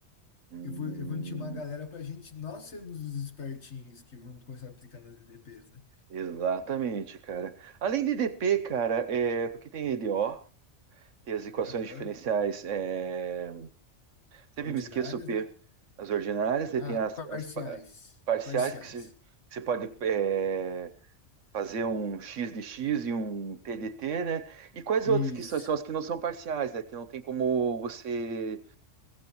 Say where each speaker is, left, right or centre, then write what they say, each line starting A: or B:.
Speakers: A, on the right; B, on the left.
A: Hum,
B: Eu vou, eu vou intimar a galera para a gente, nós sermos os espertinhos que vamos começar a aplicar nas EDPs, né?
A: exatamente, cara. Além de DP, cara, é, porque tem EDO, tem as equações
B: Aham.
A: diferenciais, é, Sempre
B: Ordinárias,
A: me esqueço o P.
B: né?
A: As ordinárias, daí
B: Ah,
A: tem as,
B: parciais.
A: as pa- parciais,
B: Parciais.
A: porque você, você pode é, fazer um X de X e um t de t né? E quais
B: Isso.
A: outras que são? São as que não são parciais, né? Que não tem como você